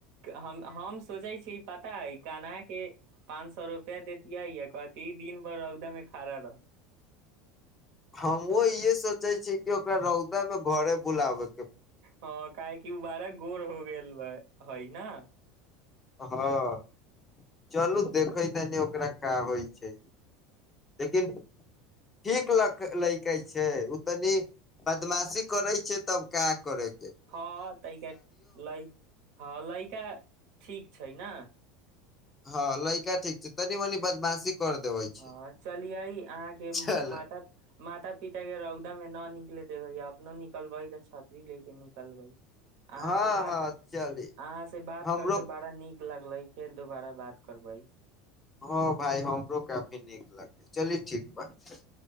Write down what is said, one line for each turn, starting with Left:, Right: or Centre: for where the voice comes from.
Right: हम हम सोचै छी पता है कने पाँच सए रुपआ देैतियै य कथ दिन भर रौदम खड़ा रह
Left: हमहुँ इहे सोचै छीयै कि ओकरा रौदा मे घरे बुलाबै
Right: हाँ काहे की ई उ बारा गोर हो गेल हय न
Left: हँ चलू देखै तनी ओकरा का होइ छै लेकिन ठीक ल लैक छै ओ तनी बदमाशी करै छै तब का करे
Right: हँ तैा ल हँ लइिका ठीक छै छै ने
Left: हँ लका ठीक छै तनी मनी बदमाशी कर देबै
Right: हँ
Left: छै
Right: चलियै अहाँ के
Left: चल
Right: माता माता पिता के रौदा मे न न देबै अपनों निकलबाई तऽ छाती लेके निकलबै अहाँ
Left: हँ
Right: ब अहाँ
Left: हँ चली
Right: से बात
Left: हमरो
Right: करके बड़ा नीक लगलै फेर दोबारा बात करबै
Left: हँ भााय हमरो काफी नीक लगतै चलि ठीक बात छै